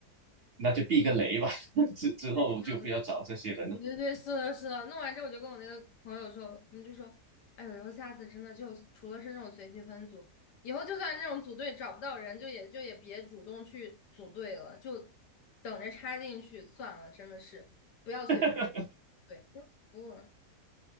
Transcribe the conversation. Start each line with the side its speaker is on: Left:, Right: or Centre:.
Right: 那就避个雷吧，<laughs> 之之后就不要找这些人了。
Left: 对。我觉得对，是的，是的。弄完之后，我就跟我那个朋友说，我们就说，哎呦，以后下次真的就除了是那种随机分组，以后就算那种组队找不到人，就也就也别主动去组队了，就等着插进去算了。真的是不要随便
Right: <laughs>
Left: 对，就服了。